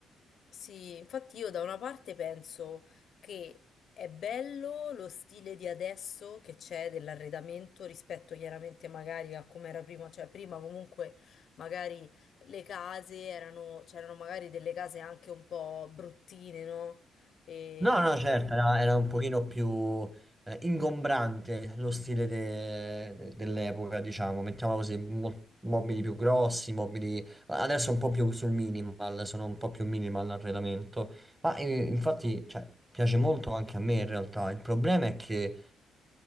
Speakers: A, on the left; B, on the right.
A: Sì, infatti io da una parte penso che è bello lo stile di adesso che c'è dell'arredamento rispetto chiaramente magari a come era prima, cioè prima comunque magari le case erano, c'erano magari delle case anche un po' bruttine, no? E
B: No, no, certo, era, era un pochino più eh, ingombrante lo stile de- de- dell'epoca, diciamo, mettiamola così, mo- mobili più grossi, mobili... Adesso un po' più sul minimal, sono un po' più minimal l'arredamento, ma eh, infatti, cioè, piace molto anche a me in realtà, il problema è che